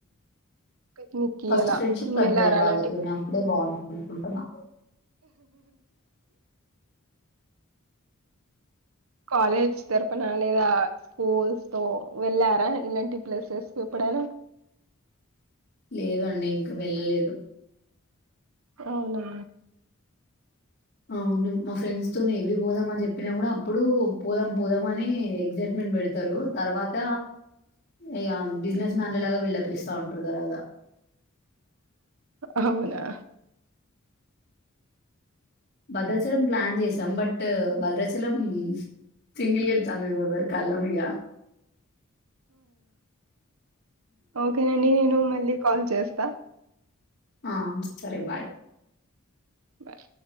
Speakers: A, on the right (about 80°); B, on the left (about 55°).
A: పిక్నిక్ కి
B: ఫస్ట్
A: అలా
B: ఫ్రెండ్షిప్ కట్యాలి
A: వెళ్ళారా
B: వాళ్ళతోనే
A: అలాంటి
B: అప్పుడే బాగుంటంది అనుకుంటున్నా
A: కాలజ్ దర్పణాలిద స్కూల్స్ వెళ్ళారా ఇలాంటి ప్లేసెస్ కు ఎప్పుడైనా
B: లేదండి ఇంకా వెళ్ళలేదు
A: అవునా
B: అవును మా ఫ్రెండ్స్ వ ఎవి పోదాం అని చెప్పినా కూడా అప్పుడు పోదాం పోదాం అని ఎక్సైట్మెంట్ పెడతారు తర్వాత ఇక బిజినెస్ మ్యాన్లలాగా బిల్డ్ప్ ఇస్తా ఉంటారు కర్వాదా
A: అవునా
B: బద్రచర ప్లాన్ చేసాం బట్ భద్రాచలం సిింగిల్కి వెళ్తాము మేము ఎవరి కళ్ళం ఇక
A: ఓకేనండి నేను మళ్ళీ కాల్ చేస్తా
B: ఆ సరే బాయ్
A: బయ